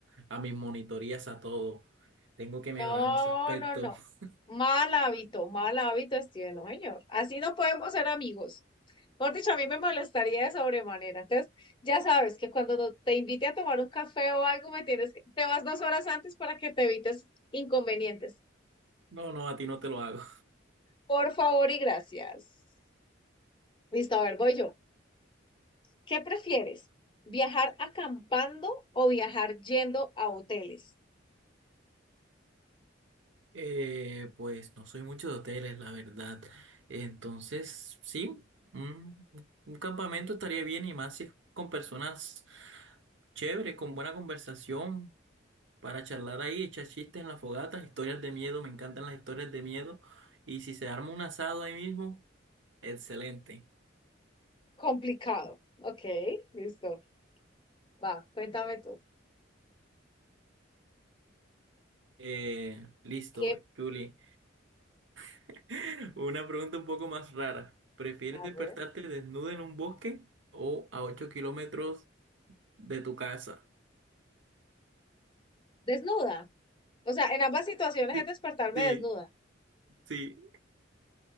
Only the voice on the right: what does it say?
a mis monitorías, a todo. Tengo que mejorar
en ese aspecto.
<laughs>
No, no, a ti no te lo hago.
Eh, pues no soy mucho de hoteles, la verdad. Entonces, sí, un, un campamento estaría bien y más si es con personas chéveres, con buena conversación, para charlar ahí, echar chistes en la fogata, historias de miedo, me encantan las historias de miedo. Y si se arma un asado ahí mismo, excelente.
Eh, listo,
Julie. <laughs> Una pregunta un poco más rara. ¿Prefieres
despertarte
desnuda en un bosque o a 8 kilómetros de tu casa?
Sí,
sí,
sí,